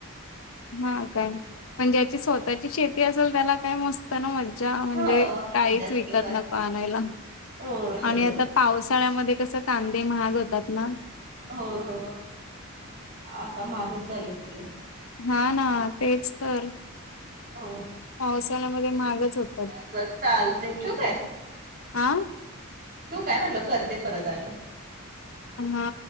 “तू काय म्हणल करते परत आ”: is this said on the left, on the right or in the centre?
Right